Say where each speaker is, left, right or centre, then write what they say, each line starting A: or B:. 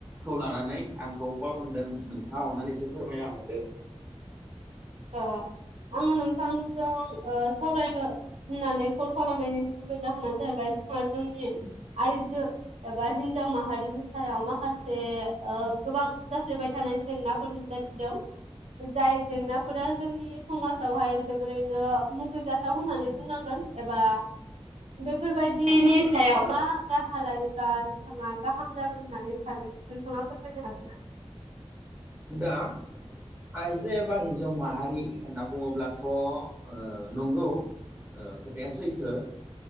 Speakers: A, on the right; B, on the right.
A: खौ लानानै आंखौ कल खालामदों नोंथाङा अननानै एसे फोरमायना होदो
B: ओ आङो नोंथांजों ओ सावरायनो होननानै कल खालामनायनि गुबै जाहोना जाहैबाय जोंहा जोंनि आइजो एबा हिनजाव माहारिनि सायाव माखासे ओ गोबां जाफ्लेबाय थानाय जेंना फोर नुजाथिदों जाय जेंना फोरा जोंनि समाजावहाय जोबोरैनो मुगैजाथाव होननानै बुंनांगोन एबा बेफोरबायदिनि सायाव मा राहा लायोब्ला आरो नोंथाङा गाहाम जागोन होननानै सानो नोंथाङा फोरमायनो हागोनना?
A: दा आइजो एबा हिन्जाव माहारि होनना बुङोब्लाथ' ओ नंगौ ओ खोथाया सैथो